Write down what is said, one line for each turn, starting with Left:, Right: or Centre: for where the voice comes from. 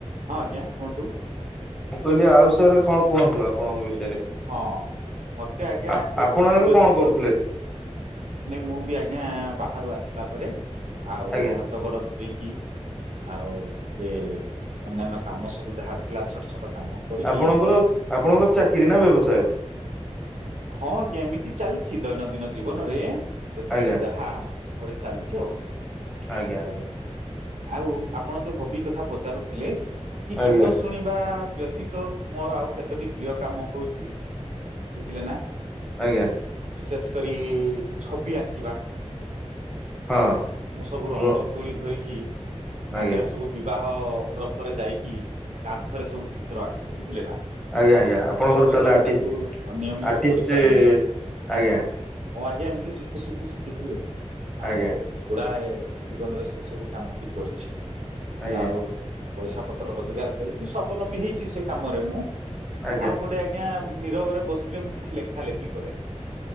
Right: ହଁ ଆଜ୍ଞା କୁହନ୍ତୁ
Centre: ମୁଁ କହିଲି ଆଉ ସାର୍ କଣ କୁହନ୍ତୁ ଆପଣଙ୍କ ବିଷୟରେ
Right: ହଁ ମତେ ଆଜ୍ଞା
Centre: ଆ
Right: ଏତ
Centre: ଆପଣ
Right: ତ
Centre: ଏବେ
Right: ବ୍ୟତୀତ
Centre: କଣ କରୁଥିଲେ
Right: ନାଇଁ ମୁଁ ବି ଆଜ୍ଞା ବାହାରୁ ଆସିଲା ପରେ ଆଉ
Centre: ଆଜ୍ଞା
Right: ହାତ ଗୋଡ ଧୋଇକି ଆଉ ଟିକେ ଅନ୍ୟାନ୍ୟ କାମ ସବୁ ଯାହା ଥିଲା ଛୋଟ ଛୋଟ କାମ କରିକି
Centre: ଆପଣଙ୍କର ଆପଣଙ୍କର ଚାକିରୀ ନା ବ୍ୟବସାୟ
Right: ହଁ ଆଜ୍ଞା ଏମିତି ଚାଲିଛି ଦୈନନ୍ଦିନ ଜୀବନରେ ଯେତେବେଳେ
Centre: ଆଜ୍ଞା
Right: ଯାହା ଗୋଟେ ଚାଲଛି ଆଉ
Centre: ଆଜ୍ଞା ଆଜ୍ଞା
Right: ଆଉ ଆପଣ ଯୋଉ ହବି କଥା ପଚାରୁଥିଲେ କି
Centre: ଆଜ୍ଞା
Right: ଗୀତ ଶୁଣିବା ବ୍ୟତୀତ ମୋର ଆଉ କେତୋଟି ପ୍ରିୟ କାମ ହଉଛି ବୁଝିଲେ ନା
Centre: ଆଜ୍ଞା
Right: ବିଶେଷ କରି ଛବି ଆଙ୍କିବା
Centre: ହଁ
Right: ମୁଁ ସବୁ ରଙ୍ଗ
Centre: ର
Right: ତୁଳି ଧରିକି
Centre: ଆଜ୍ଞା
Right: ଆଗରେ ସବୁ ବିବାହ ବ୍ରତରେ ଯାଇକି କାନ୍ଥରେ ସବୁ ଚିତ୍ର ଆଙ୍କେ ବୁଝିଲେ ନା
Centre: ଆଜ୍ଞା ଆଜ୍ଞା ଆପଣଙ୍କର
Right: ଏବେ ହୁଏତ
Centre: ତାହେଲେ
Right: ମୁଁ ତାକୁ
Centre: ଆଟିଷ୍ଟ
Right: ନିୟମିତ
Centre: ଆଟିଷ୍ଟ
Right: କରିପାରୁନି
Centre: ଆଜ୍ଞା
Right: ମୁଁ ଆଜ୍ଞା ଏମିତି ଶିଖୁ ଶିଖୁ ଶିଖିଥିଲି
Centre: ଆଜ୍ଞା
Right: ଆଉ ଗୁଡାଏ ଜୀବନରେ ସେ ସବୁ କାମ ବି କରିଛି
Centre: ଆଜ୍ଞା
Right: ଆଉ ପଇସା ପତ୍ର ରୋଜଗାର କରିବି ସ୍ଵବଲମ୍ବୀ ହେଇଛି ସେ କାମରେ ମୁଁ
Centre: ଆଜ୍ଞା
Right: ଆଉ ଗୋଟେ ଆଜ୍ଞା ନିରବରେ ବସିଲେ ମୁଁ କିଛି ଲେଖା ଲେଖି କରେ